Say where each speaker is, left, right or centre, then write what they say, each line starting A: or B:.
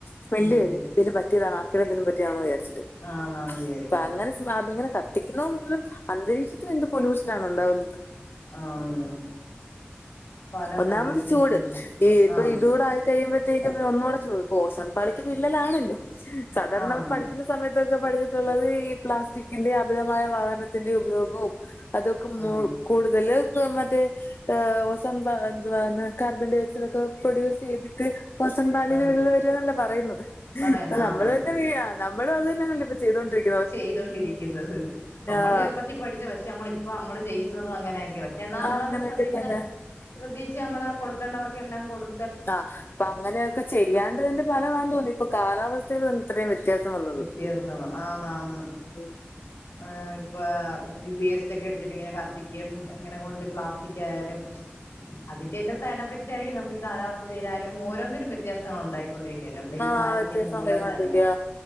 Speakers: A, on the left (about 55°); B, on the left (about 85°).
A: സ്മെല്ല്
B: ഉം
A: വെരു എന്തേലും പറ്റിയതാണ് ആർക്കും എന്തേലും പറ്റിയാണോ വിചാരിച്ചിട്ട്
B: ആന്നാന്ന് വിചാരിക്കും
A: അപ്പ അങ്ങനെ അതിങ്ങനെ കത്തിക്കുന്ന മൂലം അന്തരീക്ഷത്തിലെന്ത് പൊല്യൂഷനാണണ്ടാവുന്നത്
B: ആന്ന് പല
A: ഒന്നാമത്
B: പൊല്യൂഷൻസും
A: ചൂട് ഈ ഇപ്പൊ
B: ആഹ്
A: ഇതൂടെയ കഴിയുമ്പോഴത്തേക്കും ഒന്നുകൂടെ ചൂട പ്പോ നോൺ പാളിക്ക് വിള്ളലാണല്ലോ സാധാരണ
B: ആഹ്
A: ക്കുന്ന സമയത്തൊക്കെ പഠിച്ചിട്ടുള്ളത് ഈ പ്ലാസ്റ്റിക്കിന്റെ അമിതമായ വാഹനത്തിന്റെ ഉപയോഗവും അതൊക്കെ മു
B: ആഹ്
A: കൂടുതല് മറ്റേ ഓസോൺ പ ന്താ കാർബൺഡോയക്സൈഡ് ന്തോ പ്രൊഡ്യൂസ് ചെയ്തിട്ട ട്ട് ഓസോൺപാളില്
B: ആഹ്
A: വിള്ളില് വരുന്നല്ല പറയുന്നത്
B: പറയുന്ന
A: അതാ
B: ആന്നാന്ന്
A: നമ്മളന്നെ വീഴാ നമ്മളു അതുതന്നല്ല ഇപ്പ ചെയ്തണ്ടരിക്കണ
B: ചെയ്തൊണ്ടിരിക്കുന്നത് ന്നമ്മള്
A: ആഹ്
B: ചെറുപ്പത്തി പഠിച്ച പഷെ ന്നമ്മള് ഇപ്പ മ്മള് ചെയ്യുന്നതും അങ്ങനെ അങ്ങനെയൊക്കെ എന്നാ നമ്മളത്
A: അങ്ങനെയൊക്കെ
B: ശ്രദ്ധിച്ച
A: തന്നെ
B: ശ്രദ്ധിച്ച് നമ്മള് കൊടുക്കേണ്ടവർക്കെല്ലാം കൊടു
A: ആഹ് അപ്പൊ അങ്ങനെയൊക്കെ ചെയ്യാണ്ടതിന്റെ ഫലമാന്ന് തോന്നി ഇപ്പൊ കാലാവസ്ഥയിൽ ഇത്രയും വ്യത്യാസം വന്നു
B: വ്യത്യാസമാണ് ആന്നാന്ന്
A: ഉം
B: ആഹ് ഇപ്പം വേസ്‌റ്റൊക്കെ എടുത്തിട്ട് ഇങ്ങനെ കത്തിക്കും ഇങ്ങനെ കൊണ്ട് പ്ലാസ്റ്റിക് ആയാലും അതിന്റെയൊക്കെ സൈഡ്ഫക്റ്റായിരിക്കു നമുക്ക് കാലാവസ്ഥയിലായാലും ഓരോന്നിലും വ്യത്യാസങ്ങണ്ടായിരിക്കു ണ്ടിരിക്കയല്ല നമ്മുടെ ഈ
A: ആഹ്
B: മാലിന്യം
A: വ്യത്യാസം
B: മൂലം
A: ഉണ്ടായിക്കൊണ്ടിരിക്കാ.
B: തന്നെ